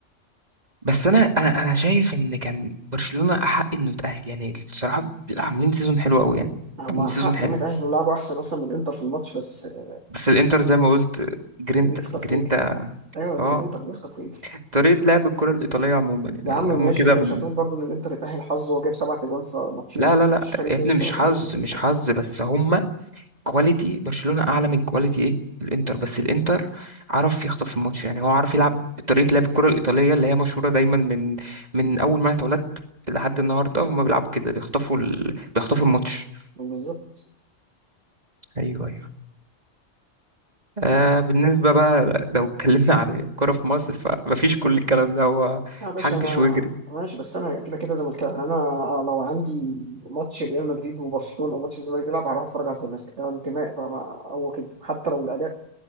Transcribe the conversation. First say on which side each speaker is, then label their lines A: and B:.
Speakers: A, on the right (about 35°); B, on the right (about 70°).
A: بس انا انا انا شايف ان كان برشلونة احق انه يتأهل يعني الصراحة عاملين سيزون حلو قوي يعني
B: يعني
A: عاملين
B: هم
A: سيزون
B: حق
A: حلو
B: انهم يتأهلوا لعبوا احسن اصلا من الانتر في الماتش بس آه،
A: بس الانتر زي ما قلت جرينتا
B: بيخطف
A: جرينتا
B: ويجري ايوه الانتر
A: اه
B: بيخطف ويجري
A: طريقة لعب الكرة الإيطالية عموما يعني
B: يا عم
A: ان
B: ماشي
A: هم كده
B: انت مش
A: من...
B: هتقول برضه ان الانتر اتأهل حظ وهو جايب سبع اجوان في ماتشين
A: لا لا لا
B: مفيش فريق
A: يا
B: جايب
A: ابني
B: سبع
A: مش
B: اجوان
A: حظ
B: مثل
A: مش
B: الحظ
A: حظ بس هم كواليتي برشلونة أعلى من كواليتي إيه الإنتر بس الإنتر عرف يخطف الماتش يعني هو عارف يلعب طريقة لعب الكرة الإيطالية اللي هي مشهورة دايما من من أول ما أنا اتولدت لحد النهاردة هم بيلعبوا كده بيخطفوا ال... بيخطفوا الماتش
B: بالظبط
A: أيوه أيوه آه بالنسبة بقى لو اتكلمنا عن الكرة في مصر فمفيش كل الكلام ده هو
B: اه يا باشا
A: حنكش
B: انا
A: وجري
B: ماشي بس انا كده كده زملكاوي يعني انا لو عندي ماتش ريال مدريد وبرشلونة او ماتش الزمالك بيلعب هروح اتفرج على الزمالك ده انتماء بقى ما- هو كده حتى لو الاداء